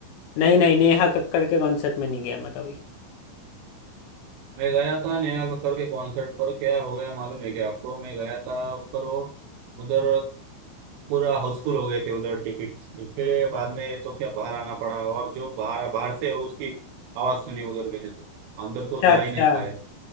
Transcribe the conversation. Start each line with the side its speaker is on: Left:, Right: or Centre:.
Left: नहीं नहीं नेहा कक्कड़ के कॉन्सर्ट में नहीं गया मैं कभी
Right: मैं गया था नेहा कक्कर के कॉन्सर्ट पर क्या हो गया मालूम है क्या आपको मैं गया था पर वो उधर पूरा हाउसफुल हो गए थे उधर टिकट इसके लिए बाद में तो क्या बाहर आना पड़ा और जो बाहर बाहर से उसकी आवाज़ सुनी उधर मैंने तो अंदर
Left: अच्छा
Right: तो जा
Left: अच्छा
Right: ही नहीं पाया